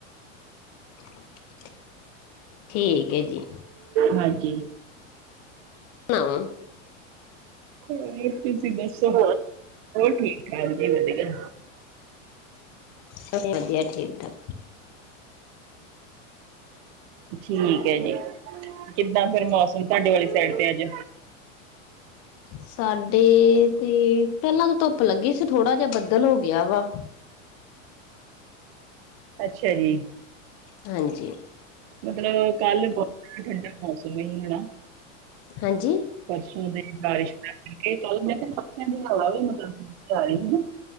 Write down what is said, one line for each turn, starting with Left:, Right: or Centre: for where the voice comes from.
Left: <inaudible> ਠੀਕ ਹੈ ਜੀ
Right: ਹਾਂਜੀ।
Left: ਨਾ <inaudible>
Right: ਹੋਰ ਤੁਸੀਂ ਦੱਸੋ ਹੋਰ -ਹੋਰ ਠੀਕ- ਠਾਕ ਜੀ ਵਧੀਆ
Left: ਸਭ ਵਧੀਆ, ਠੀਕ -ਠਾਕ
Right: ਠੀਕ ਹੈ ਜੀ, ਕਿੱਦਾਂ ਫੇਰ ਮੌਸਮ, ਤੁਹਾਡੇ ਵਾਲੀ ਸਾਈਡ ਤੇ ਅੱਜ
Left: ਸਾਡੇ ਤੇ ਪਹਿਲਾਂ ਤਾਂ, ਧੁੱਪ ਲੱਗੀ ਸੀ। ਥੋੜ੍ਹਾ ਜਿਹਾ ਬੱਦਲ ਹੋ ਗਿਆ ਵਾ
Right: ਅੱਛਾ ਜੀ।
Left: ਹਾਂਜੀ।
Right: ਮਤਲਬ ਕੱਲ, ਬਹੁਤ ਠੰਡਾ ਮੌਸਮ ਨਈ ਹਨਾ
Left: ਹਾਂਜੀ
Right: ਪਰਸੋਂ ਦੀ ਬਾਰਿਸ਼ ਕਰਕੇ ਕੱਲ ਮੈਂ ਕਿਹਾ ਪੱਖਿਆਂ ਦੀ ਹਵਾ ਵੀ ਮਤਲਬ ਠੰਡੀ ਆ ਰਹੀ ਸੀ।